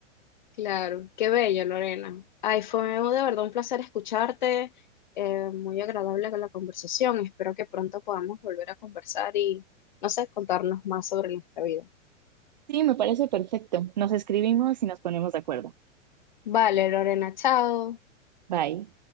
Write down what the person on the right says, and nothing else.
Sí, me parece perfecto. Nos escribimos y nos ponemos de acuerdo.
Bye.